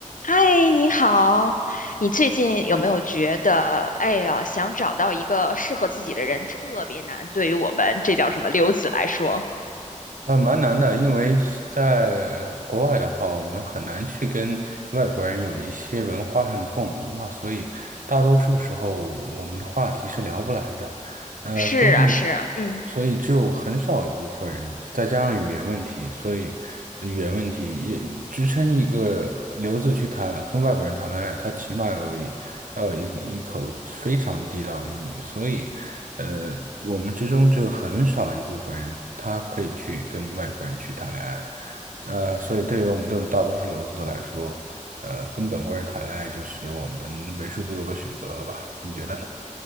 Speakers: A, on the left; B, on the right.
A: 嗨，你好，你最近有没有觉得，哎呀，想找到一个适合自己的人特别难？对于我们这叫什么留子来说，
B: 呃，蛮难的，因为在呃国外的话，我们很难去跟外国人有一些文化上的共鸣嘛，所以大多数时候我们的话题是聊不来的，呃，
A: 是啊，
B: 所以
A: 是啊嗯。
B: 所以只有很少一部分人，再加上语言问题，所以语言问题也支撑一个留子去谈跟外国人谈恋爱，他起码有一要有一一口非常地道的英语，所以。呃，我们之中只有很少一部分人，他可以去跟外国人去谈恋爱。那所以对于我们这种大多数留子来说，呃，跟本国人谈恋爱就是我们为数不多的选择了吧？你觉得呢？